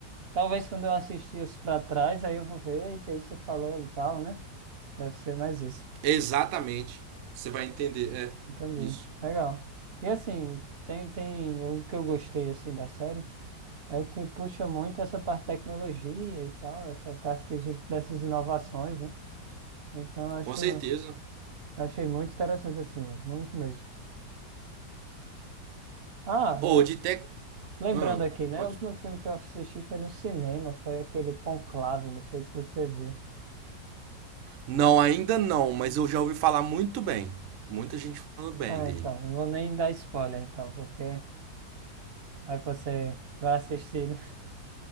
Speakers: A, on the right; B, on the right.
A: Talvez quando eu assistir os pra trás, aí eu vou ver, eita, isso falou e tal, né? Deve ser mais isso.
B: Exatamente. Você vai entender, é
A: Entendi.
B: isso.
A: Legal. E assim, tem, tem o que eu gostei assim da série. Aí que puxa muito essa parte de tecnologia e tal, essa parte que a gente, dessas inovações, né? Então, acho,
B: Com certeza.
A: achei muito interessante, assim, né? Muito mesmo. Ah,
B: Ou de
A: é,
B: tec,
A: lembrando
B: ah,
A: aqui, né?
B: pode.
A: O último filme que eu assisti foi no cinema, foi aquele Conclave, não sei se você viu.
B: Não, ainda não, mas eu já ouvi falar muito bem. Muita gente falando bem
A: Ah,
B: dele.
A: então, não vou nem dar spoiler, então, porque aí você vai assistir, né?